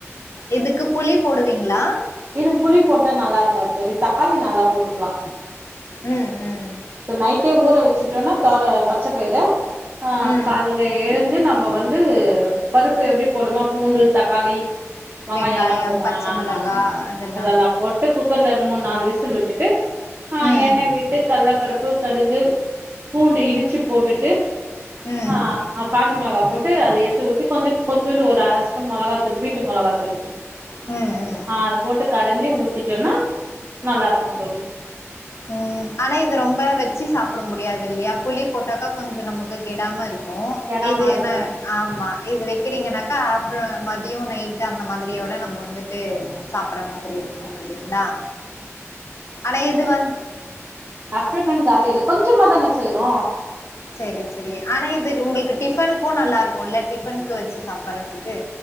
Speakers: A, on the left (about 60°); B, on the right (about 40°).
A: இதுக்கு புளி போடுவீங்களா
B: இதுக்கு புளி போட்டா நல்லா இருக்காது தோழி தக்காளி நல்லா போட்டுக்கலாம்
A: ம் ம்
B: நைட்டே ஊற வச்சுட்டோம்னா தோர பச்சப்பயிறு ஆ
A: ம்
B: காலை இல்ல எழுந்து நம்ம வந்து பருப்பு எப்டி போடுமா பூண்டு தக்காளி வெங்காய
A: வெங்காயம்
B: எல்லாம் போடு
A: பச்ச
B: அ
A: மிளகா
B: அ
A: அதெல்லா
B: அதெல்லாம் போட்டு குக்கர்ல மூணு நா விசில் விட்டுட்டு ஆ
A: ம்
B: எண்ண வி கள்ளப்பருப்பு கடுகு பூண்டு இடிச்சு போட்டுட்டு
A: ம்
B: அ காஞ்ச மிளகா போட்டு அத ஏத்து வச்சு கொஞ்ச கொஞ்சோண்டு ஒரு அர ஸ்பூன் மொளகாத்தூள் வீட்டு மொளகா தூள்
A: ம் ம்
B: ஆ அது போட்டு கடஞ்சி ஊத்திட்டோனா நல்லா இருக்கும் தோழி
A: ம் ஆனா இது ரொம்ப வச்சு சாப்ட முடியாது இல்லையா புளி போட்டாக்கா கொஞ்ச நமக்கு கெடாம இருக்கு ஓ
B: கெரமா
A: இது
B: இருக்கு
A: என்ன ஆமா இது வக்கிறீங்கனாக்கா ஆப்டர்னு மதியம் நைட் அந்த மாதிரியோட நம்ம வந்துட்டு சாப்ப சாப்பற மாரி இருக்கும் இல்லிங்களா ஆனா இது வந்து
B: ஆப்டர்நூன் காலி ஆயிடு கொஞ்சமாதான செய்யரோ
A: சரி சரி ஆனா இது உங்கக டிஃபனுக்கும் நல்லா இருக்கும்ல்ல டிஃபனுக்கு வச்சு சாப்பட்றதுக்கு